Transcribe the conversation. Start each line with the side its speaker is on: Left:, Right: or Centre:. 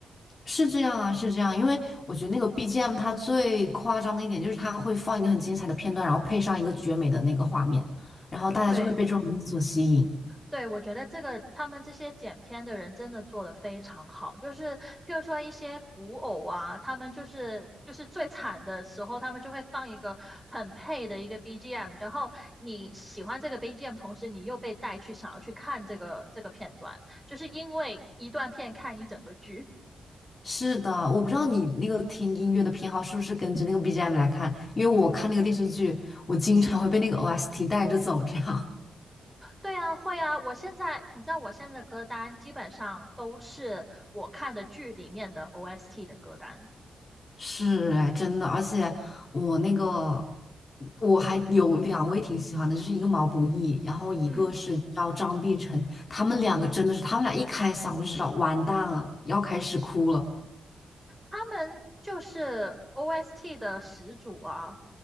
Left: 是这样啊，是这样。因为我觉得那个 BGM 它最夸张的一点就是它会放一个很精彩的片段，然后配上一个绝美的那个画面，然后大家就会被这种东西所吸引。
Centre: 对。对，我觉得这个他们这些剪片的人真的做的非常好，就是譬如说一些古偶啊，他们就是就是最惨的时候，他们就会放一个很配的一个 BGM，然后你喜欢这个 BGM，同时你又被带去想要去看这个这个片段，就是因为一段片看一整个剧。
Left: 是的，我不知道你那个听音乐的偏好是不是根据那个 BGM 来看，因为我看那个电视剧，我经常会被那个 OST 带着走，这样
Centre: 对啊，会啊，我现在你知道我现在的歌单基本上都是我看的剧里面的 OST 的歌单，
Left: <laughs> 是哎，真的，而且我那个我还有两位挺喜欢的，就是一个毛不易，然后一个是叫张碧晨，
Centre: 嗯。
Left: 他们两个真的是，他们俩一开嗓我就知道完蛋了，要开始哭了。
Centre: 他们就是 OST 的始祖啊！